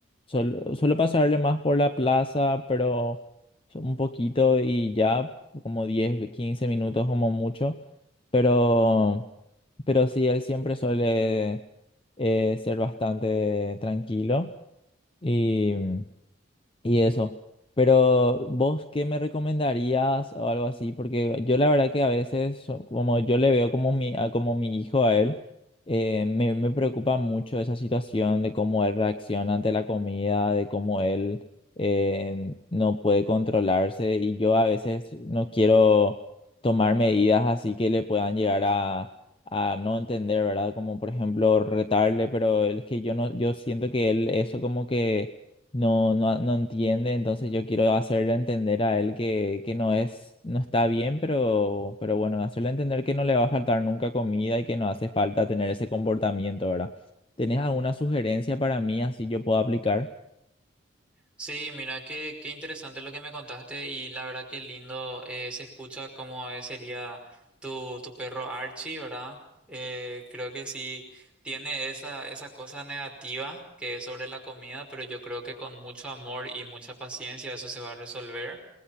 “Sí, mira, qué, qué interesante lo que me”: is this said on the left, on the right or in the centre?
Centre